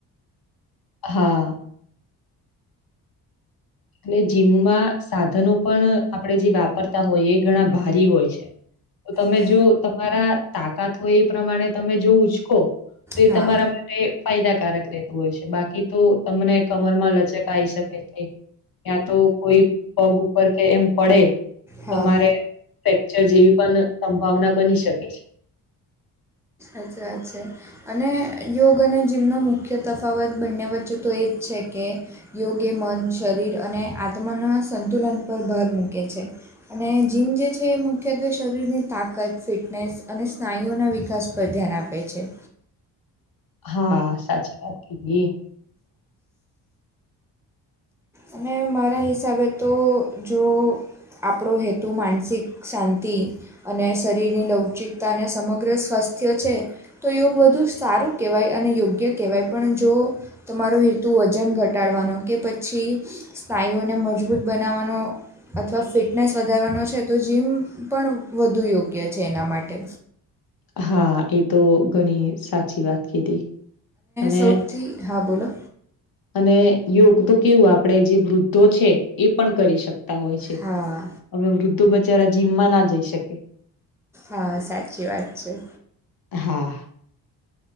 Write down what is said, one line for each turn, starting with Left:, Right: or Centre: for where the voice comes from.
Left: હા એટલે જીમમાં સાધનો પણ આપણે જે વાપરતા હોય એ ઘણા ભારી હોય છે તો તમે
Centre: હા
Left: જો તમારા તાકાત હોય એ પ્રમાણે તમે જો ઉચકો તો એ
Centre: હા
Left: તમારા એ ફાયદાકારક રહેતું હોય છે બાકી તો તમને કમરમાં લચક આવી શકે છે તયાં તો કોઈ પગ ઉપર કે એમ પડે
Centre: હા
Left: તમારે ફેક્ચર જેવી પણ સંભાવના બની શકે છે
Centre: અચ્છા અચ્છા. અને યોગ અને જીમનો મુખ્ય તફાવત બંને વચ્ચે તો એ જ છે કે યોગ એ મન શરીર અને આત્માના સંતુલન પર ભાર મૂકે છે. અને જીમ જે છે એ મુખ્યત્વે શરીરની તાકત ફિટનેસ અને સ્નાયુઓના વિકાસ પર ધ્યાન આપે છે.
Left: હા સાચી વાત કધી.
Centre: અને મારા હિસાબે તો જો આપણો હેતુ માનસિક શાંતિ અને શરીરની લવચિકતા અને સમગ્ર સ્વાસ્થ્ય છે. તો યોગ વધુ સારું કહેવાય અને યોગ્ય કહેવાય પણ જો તમારોું હેતુ વજન ઘટાડવાનો કે પછી સ્નાયુઓને મજબૂત બનાવવાનો અથવા ફિટનેસ વધારવાનો છે તો જીમ પણ વધુ યોગ્ય છે એના માટે.
Left: હા એ તો ઘણી સાચી વાત કીધી. અને
Centre: સૌથી હા બોલો
Left: અને યોગ તો કેવું આપણેે જે વૃદ્ધો છે એ પણ કરી શકતા હોય છે.
Centre: હા
Left: હવે વૃદ્ધો બચારા જીમમાં ના જઈ શકે.
Centre: હા સાચી વાત છે.
Left: હા.